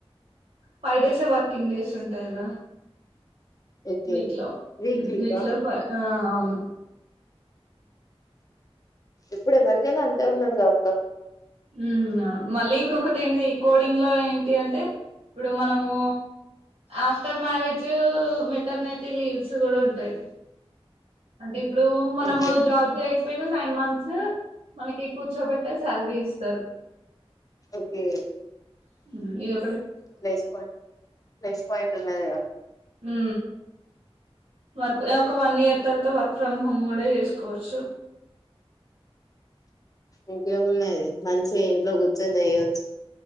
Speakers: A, on the right (about 70°); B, on the left (about 35°).
A: ఫైవ్ డేస్ ఏ వర్కింగ్ డేస్ ఉంటాయి గద
B: ఓకే
A: వీక్ లో
B: వీక్లీకా
A: వీక్ లో ఫ ఆ అవును
B: ఇప్పుడు ఎవరికైనా అంతే ఉన్నది గాక్క
A: ఊ అవును మళ్ళీ ఇంకొకటి ఏంటిది ఈ కోడింగ్ లో ఏంటి అంటే ఇప్పుడు మనము ఆఫ్టర్ మ్యారేజ్ మెటర్నిటీ లీవ్స్ కూడా ఉంటాయి అంటే ఇప్ ఇప్పుడు మనము
B: ఓకే
A: జాబ్ చే పోయినా నైన్ మంత్స్ మనకి కూర్చోబెట్టే శాలరీ ఇస్తారు
B: ఒకే
A: ఊ ఇగ
B: ప్లేస్ పాయిట్ ప్లేస్ పాయింటున్నది కదా
A: ఊ వర్క్ ఒక వన్ ఇయర్ తర్వాత వర్క్ ఫ్రమ్ హోమ్ కూడా చేసుకోవచ్చు
B: ఇంకేమున్నది మంచిగా ఇంట్లో కూర్చొని చెయచ్చు